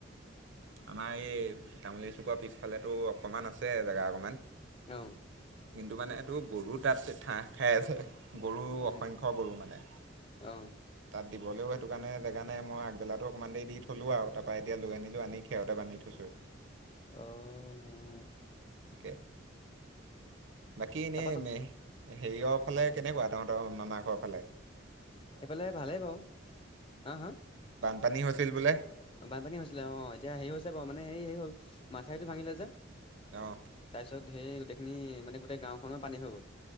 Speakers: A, on the right; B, on the left.
A: আমাৰ এই তামোল চুকা পিছফালে তটো অকমান আছে জোগা অকমান
B: অ
A: কিন্তু মানে এইটো গৰু তাত ঠাহ খাই আছে। গৰু
B: উম
A: অসংখ্য গৰু মানে
B: অ
A: তাত দিবলৈও সেইটো কাৰণে জেগা নাই মই আগবেকাটো অকমান দে দি থলো আৰু তাৰ পৰা এতিয়া লৈ আনিলো আনি খেৰতে বান্ধি থৈছো।
B: আহ।
A: তাক, বাকী এনেই
B: তাৰপা তত
A: হেৰিয়ৰ ফালে কেনেকুৱা তহঁতৰ মানাকক
B: এইফালে ভালেই বাও, হা হা?
A: পানী হৈছিল বোলে?
B: বানপানী হৈছিলে অ', এতিয়া হেৰি হৈছে বাৰু মানে হে হেই হ'ল মাথাউৰিটো ভাঙিলে যে।
A: অ', অ',
B: তাৰপিছত সেই গোটেইখিনি মানে গোটেই গাওখনৰ পানী হৈ গ'ল।